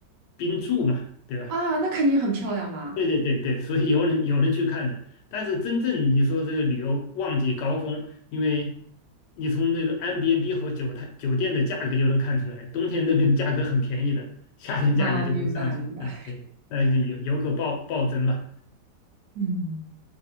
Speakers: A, on the left (about 80°); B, on the right (about 75°).
A: 冰柱嘛，对吧？
B: 啊，那肯定很漂亮吧？
A: 对对对对，所以有人有人去看的，但是真正你说这个旅游旺季高峰，因为你从那个 M b n b 和酒店酒店的价格就能看出来，冬天那边价格很便宜的，夏天价格就会上去。
B: 啊，明白明白。
A: 啊。对，但是游游客暴暴增嘛。
B: 嗯